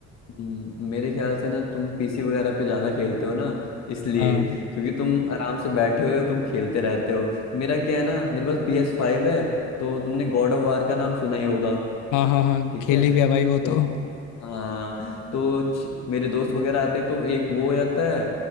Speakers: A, on the left; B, on the left.
A: हम्म, मेरे ख्याल से ना तुम पीसी वगैरह पे ज्यादा खेलते हो ना इसलिए
B: हाँ
A: क्योंकि तुम आराम से बैठे हुए हो तुम खेलते रहते हो मेरा क्या है ना मेरे पास PS5 है तो तुमने गॉड ऑफ वार का नाम सुना ही होगा
B: हाँ हाँ हाँ
A: ठीक
B: खेली
A: है
B: हुई है भाई
A: तो
B: वो तो हम्म
A: हाँ तो च- मेरे दोस्त वगैरह आते हैं तो एक वो हो जाता है